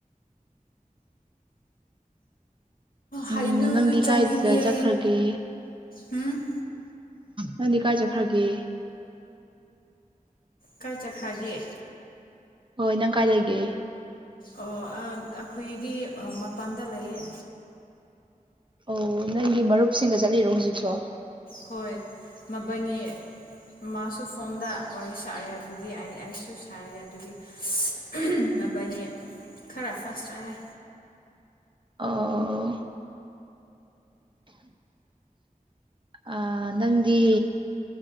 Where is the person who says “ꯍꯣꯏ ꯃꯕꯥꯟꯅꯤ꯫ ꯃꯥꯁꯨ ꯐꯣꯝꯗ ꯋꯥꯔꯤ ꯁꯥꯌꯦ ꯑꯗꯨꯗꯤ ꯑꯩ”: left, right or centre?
Left